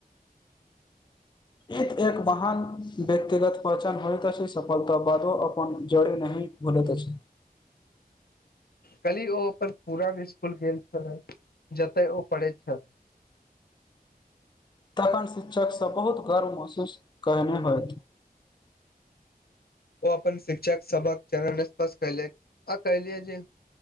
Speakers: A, on the left; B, on the left.
A: एक एक वाहन व्यक्तिगत पहचान होयत अछी सफलता बादो अपन जोड़ नही भुलत अछी
B: कल्ही ओ अपन पुरान इस्कुल गेल छलै जतै ओ पढ़ैत छल
A: तखन शिक्षक सब बहुत गर्व महसूस कहने होथ
B: ओ अपन शिक्षक सबक चरण असर्पस कैले आ कलिय जे